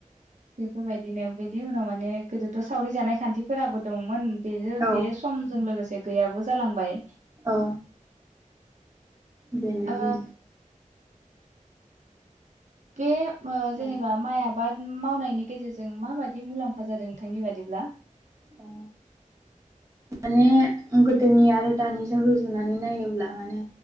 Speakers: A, on the right; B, on the right.
A: बेफोरबायदिनो बेनि उनाव माने गोदोथ सावरि जानायाय खान्थिफोराबो दंमोन बे
B: औ
A: बे समजों लोगोसे गैयाबो जालांबाय
B: औ बेनो
A: ओ
B: उम
A: गे ओ जेनेबा
B: औ
A: माइ आबाद मावनायनि गेजेरजों माबायदि मुलाम्फा जादों नोंथांनि बादिब्ला?
B: अ माने गोदोनि आरो दानिजों रुजुनानै नायोब्ला माने